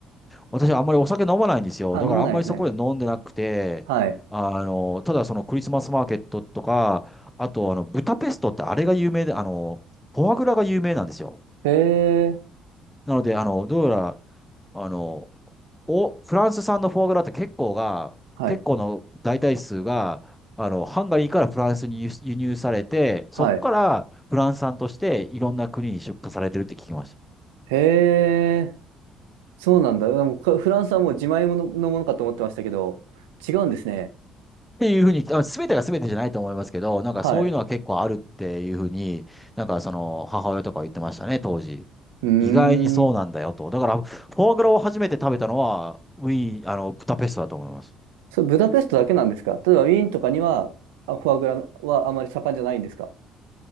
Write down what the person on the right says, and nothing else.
あ、
飲まないですね。はい。
へえ。
はい。
はい。へえ。そうなんだ。でもかフランスはもう自前もののものかと思ってましたけど、違うんですね。
はい。
うー
ん。
それ、ブダペストだけなんですか例えば、ウィーンとかには、あ、フォアグラはあまり盛んじゃないんですか